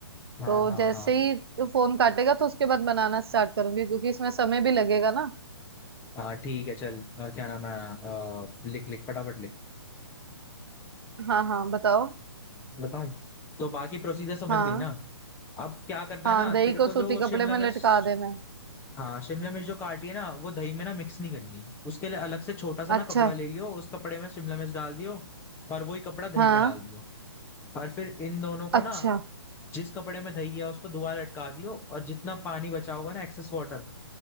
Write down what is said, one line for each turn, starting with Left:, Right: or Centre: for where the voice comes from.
Left: हाँ
Right: तो
Left: हाँ
Right: जैसे
Left: हाँ
Right: ही फोन काटेगा तो उसके बाद बनाना स्टार्ट करूंगी क्योंकि इसमें समय भी लगेगा ना
Left: हाँ ठीक है चल अ, क्या नाम है अ, लिख लिख फटाफट लिख
Right: हाँ हाँ बताओ
Left: बताऊं तो बाकी प्रोसीजर समझ
Right: हाँ
Left: गई ना अब क्या करना
Right: हाँ
Left: है ना
Right: दही
Left: तेरे
Right: को
Left: को
Right: सूती
Left: जो
Right: कपड़े
Left: शिमला
Right: में
Left: मिर्च
Right: लटका देना है
Left: हाँ शिमला मिर्च जो काटी है ना वो दही में ना मिक्स नहीं करनी उसके लिए अलग से छोटा सा
Right: अच्छा
Left: ना कपड़ा ले लियो उस कपड़े में शिमला मिर्च डाल दियो और वही कपड़ा दही
Right: हाँ
Left: में डाल दियो और फिर इन दोनों को
Right: अच्छा
Left: ना जिस कपड़े में दही है उसको दोबारा लटका दियो और जितना पानी बचा होगा ना एक्सेस वाटर